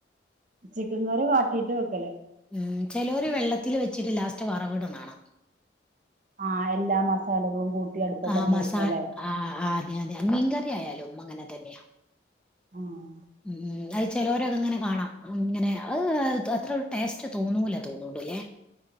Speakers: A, on the right; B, in the centre.
A: ചിക്കൻ കറി വാട്ടീട്ട് വെക്കല്
B: ഉം ചിലവര് വെള്ളത്തില് വെച്ചിട്ട് ലാസ്റ്റ് വറവിടുന്ന കാണാം
A: ആഹ് എല്ലാ മസാലകളും കൂട്ടി അടുപ്പത്തെങ്ങടെ
B: ആ മസാ
A: വെക്കല്ലേ
B: ആ ആ അതെ അതെ മീൻകറിയായാലുംമ്മ അങ്ങനെ തന്നെയ
A: ആഹ്
B: ഉം അത് ചെലവരൊക്കെ ഇങ്ങനെ കാണാം ഇങ്ങനെ അത് അത്ര ടേസ്റ്റ് തോന്നൂല തോന്നുന്നു ല്ലേ